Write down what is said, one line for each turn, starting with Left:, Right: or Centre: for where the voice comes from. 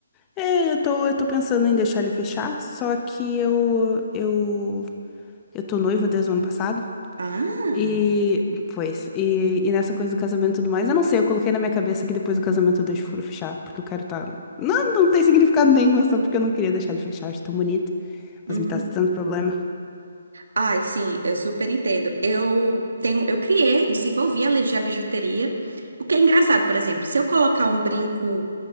Left: É, eu tô, eu tô pensando em deixar ele fechar, só que eu, eu, eu tô noiva desde o ano passado.
Right: Ah,
Left: E, pois, e, e nessa coisa do casamento e tudo mais, eu não sei, eu coloquei na minha cabeça que depois do casamento eu deixo o furo fechar, porque eu quero tá... Não, não tem significado nenhum, é só porque eu não queria deixar ele fechar, acho tão bonito, mas
Right: uhum.
Left: me tá dando problema.
Right: Ai, sim, eu super entendo. Eu tenho, eu criei, desenvolvi a legia bijuteria. O que é engraçado, por exemplo, se eu colocar um brinco